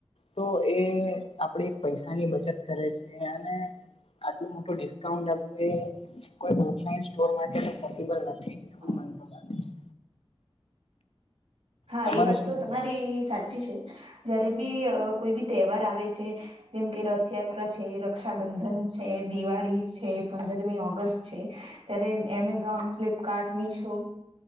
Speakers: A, on the left; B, on the right.
A: તો એ આપણે પૈસાની બચત કરે છે અને આટલું મોટું ડિસ્કાઉન્ટ આપવું એ કોઈ ઓફલાઇન સ્ટોર માટે તો પોસિબલ નથી.
B: હ
A: જ એવું
B: <inaudible>
A: મને તો લાગે છે.
B: હા
A: તમારું
B: એ વાત
A: શું
B: તો
A: માનવું
B: તમારી
A: છે?
B: સાચી છે, જયારે બી કોઈ બી તહેવાર આવે છે. જેમ કે રથયાત્રા છે, રક્ષાબંધન છે, દિવાળી છે. પંદરમી ઓગસ્ટ છે, ત્યારે એમેઝોન ફ્લિપકાર્ટ મીશો.